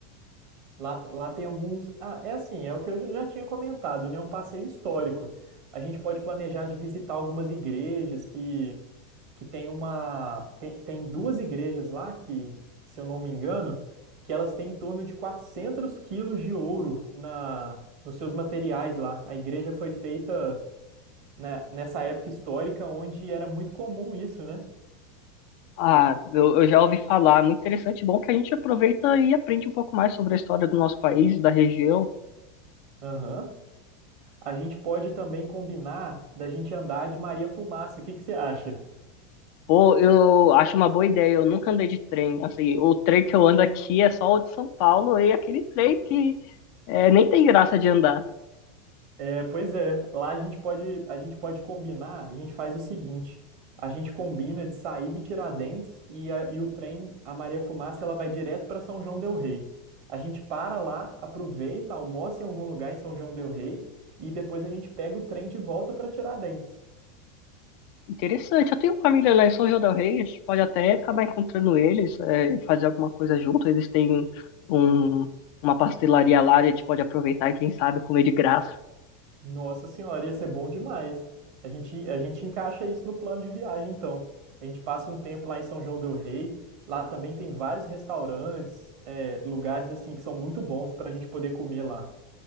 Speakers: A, on the right; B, on the left.
A: Lá, lá tem alguns. Ah, é assim, é o que eu já tinha comentado, né? Um passeio histórico. A gente pode planejar de visitar algumas igrejas que, que tem uma. Tem, tem duas igrejas lá que, se eu não me engano, que elas têm em torno de 400 quilos de ouro na, nos seus materiais lá. A igreja foi feita, né, nessa época histórica onde era muito comum isso, né?
B: Ah, eu, eu já ouvi falar, muito interessante, bom que a gente aproveita e aprende um pouco mais sobre a história do nosso país, da região.
A: Aham. A gente pode também combinar da gente andar de Maria Fumaça. O que que você acha?
B: Pô, eu acho uma boa ideia, eu nunca andei de trem, assim, o trem que eu ando aqui é só o de São Paulo e aquele trem que é, nem tem graça de andar.
A: É, pois é, lá a gente pode, a gente pode combinar, a gente faz o seguinte, a gente combina de sair de Tiradentes e, a- e o trem, a Maria Fumaça, ela vai direto para São João del Rei. A gente para lá, aproveita, almoça em algum lugar em São João del Rei e depois a gente pega o trem de volta para Tiradentes.
B: Interessante, eu tenho família lá em São João del Rei, a gente pode até acabar encontrando eles, é, e fazer alguma coisa junto, eles têm um, uma pastelaria lá, a gente pode aproveitar e quem sabe comer de graça.
A: Nossa senhora, ia ser bom demais. A gente, a gente encaixa isso no plano de viagem, então. A gente passa um tempo lá em São João del Rei. Lá também tem vários restaurantes, é, lugares assim que são muito bons para a gente poder comer lá.